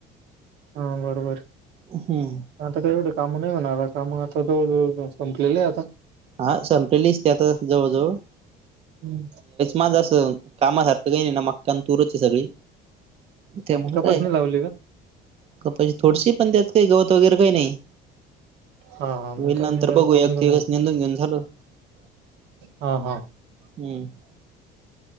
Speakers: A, on the right (about 60°); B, on the right (about 30°).
A: हा बरोबर.
B: हम्म
A: आता काय एवढे कामं नाही होणार, कामं आता जवळ जवळ संपलेलं आहे आता.
B: हा, संपलेलीच ते आता जवळ जवळ
A: हं.
B: माझं अस, कामासारखं काही नाही ना मक्का आण तूरच आहे सगळी. त्या
A: अच्छा
B: म्हणु
A: कपासणी
B: काय,
A: लावली का?
B: कपाशी थोडीशी, पण त्यात काही गवत वगैरे काही नाही.
A: हां, हां.
B: होईल
A: मग काय
B: नंतर
A: निंदायचं
B: बघूया
A: काम नाही
B: तो
A: का
B: एकदिवस
A: मग.
B: <inaudible>
A: हां, हां.